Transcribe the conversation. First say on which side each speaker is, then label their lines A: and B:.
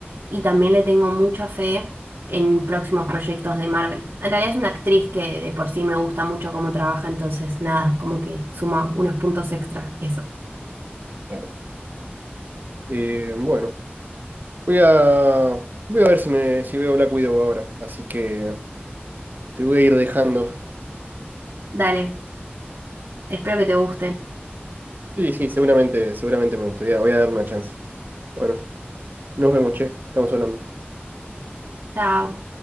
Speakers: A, on the right; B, on the right.
A: y también le tengo mucha fe en próximos proyectos de Marvel. En realidad es una actriz que de por sí me gusta mucho cómo trabaja, entonces nada, como que suma unos puntos extra eso.
B: Claro. Eh, bueno, voy a, voy a ver si, me, si veo Black Widow ahora. Así que. Te voy a ir dejando.
A: Dale, espero que te guste.
B: Sí, sí, seguramente, seguramente me gustaría. Voy a dar una chance. Bueno, nos vemos, che. Estamos hablando.
A: Chao.